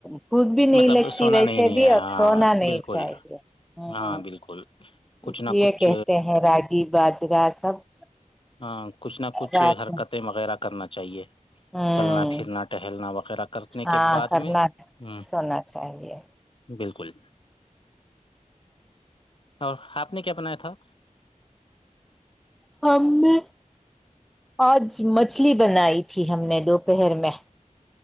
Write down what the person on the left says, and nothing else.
مطلب
سونا
نہیں نہیں
ہے
ہاں
بالکل
ہاں بالکل کچھ
نہ
کچھ
ہاں کچھ نہ کچھ
حرکتیں وغیرہ کرنا چاہیے
چلنا پھرنا ٹہلنا وغیرہ کرنے
کے بعد
میں ہ
بالکل اور آپ نے کیا بنایا تھا